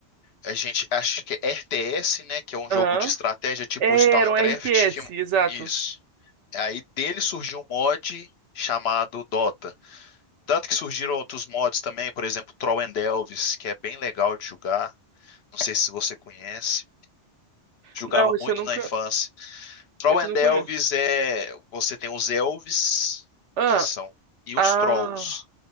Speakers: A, on the left; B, on the right.
A: A gente acho que é RTS, né? Que é um
B: aham,
A: jogo de estratégia tipo
B: É,
A: StarCraft.
B: era um RTS,
A: Que...
B: exato,
A: Isso. Aí dele surgiu um mod chamado Dota. Tanto que surgiram outros mods também, por exemplo, Troll and Elves, que é bem legal de jogar. Não sei se você conhece. Jogava
B: não, isso
A: muito
B: eu nunca,
A: na infância. Troll
B: isso
A: and
B: eu não
A: Elves
B: conheço,
A: é. Você tem os elves,
B: ah,
A: que são. E
B: ah,
A: os trolls.